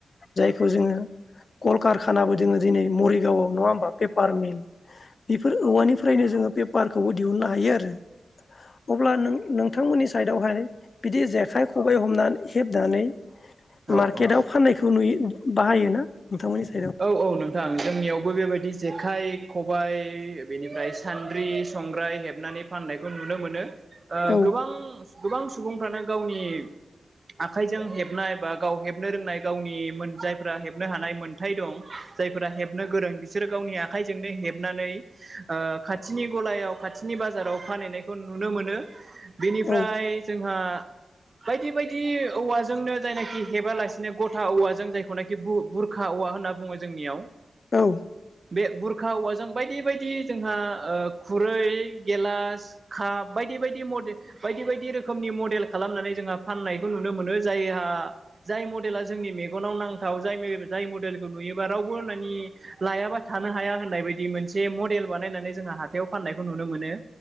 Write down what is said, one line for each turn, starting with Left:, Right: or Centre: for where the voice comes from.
Left: जायखौ जोङो। कलकारखानाबो जोङो दिनै मरिगावआव नङा हबा पेपार मिल। बेफोर औवानिफ्रायनो जोङो पेपारखौबो दिहुननो हायो आरो। अब्ला नों-नोंथांमोननि साइदआवहाय। बिदि जेखाइ खबाइ हमनानै हेबनानै। मार्केटाव
Right: औ औ
Left: फाननायखौ नुयो बाहायोना नोंथांमोननि सायाव।
Right: औ औ नोंथां जोंनियावबो बेबायदि जेखाइ खबाइ बेनिफ्राय सान्द्रि संग्राय हेबनानै फाननायखौ नुनो मोनो ओ
Left: औ
Right: गोबां गोबां सुबुंफ्रानो गावनि आखाइजों हेबनाय बा गाव हेबनो रोंनाय गावनि मोन जायफ्रा हेबनो हानाय मोन थाय दं जायफोरा हेबनो गोरों बिसोर गावनि आखाइजोंनो हेबनानै ओ खाथिनि गलायाव खाथिनि बाजाराव फानहैनायखौ नुनो मोनो बेनिफ्राय
Left: औ
Right: जोंहा बायदि बायदि औवाजोंनो जायनाखि हेबालासिनो गथा औवाजों जायखौनाखि बु-बुर खा औवा होनना बुंङो जोंनियाव।
Left: औ।
Right: बे बुरखा औवाजों बायदि बायदि जोंहा ओ खुरै गेलास काप बायदि बायदि मडे बायदि बायदि रोखोमनि मडेल खालामनानै जोंहा फाननायखौ नुनो मोनो जायहा जाय म डेला जोंनि मेगनाव नांथाव जाय जाय मडेलखौ नुयोबा रावबो मानि लायाबा थानो हाया होननाय बायदि मोनसे मडेल बानायनानै जोंहा हाथायाव फाननायखौ नुनो मोनो